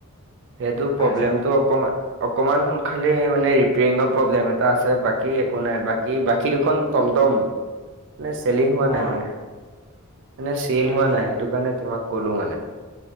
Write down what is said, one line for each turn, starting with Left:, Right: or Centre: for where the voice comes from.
Right: সেইটো প্ৰব্লেমটো
Left: আচ্ছা
Right: অক-অকমান খালি মানে ৰিপেয়ৰিঙৰ প্ৰব্লেম এটা আছে। বাকী বাকী একো নাই। বাকী বাকী দুখন টমটম মানে চেলিং হোৱা নাই
Left: অ
Right: মানে। মানে চেল
Left: আচ্ছা
Right: হোৱা নাই, সেইটো কাৰণে তোমাক কলো মানে।